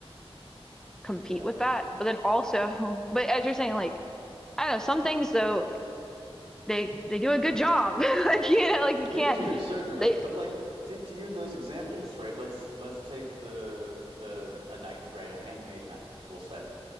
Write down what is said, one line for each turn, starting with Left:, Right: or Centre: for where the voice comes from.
Centre: compete
Right: Yeah.
Centre: with that. But then also, <laughs> but as you're saying, like I don't know, some things though they they do a good job. <laughs> Like you know, like you can't
Right: They do certainly,
Centre: they
Right: but like to, to use those examples, right? Let's let's take the uh, a knife, right? A handmade knife, we'll say.